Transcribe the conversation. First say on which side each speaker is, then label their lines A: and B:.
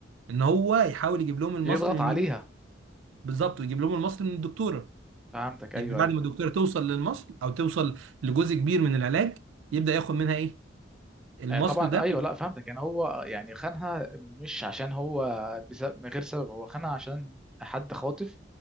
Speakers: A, on the right; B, in the centre.
A: ان هو يحاول يجيب لهم المصل
B: يضغط
A: من
B: عليها
A: مين بالظبط ويجيب لهم المصل من الدكتوره
B: فهمتك ايوه
A: يعني بعد
B: ايوه
A: ما الدكتوره توصل للمصل او توصل لجزء كبير من العلاج يبدا ياخد منها ايه المصل
B: آه، طبعا
A: ده
B: ايوه لا فهمتك يعني هو يعني خانها مش عشان هو بس- من غير سبب هو خانها عشان حد خاطف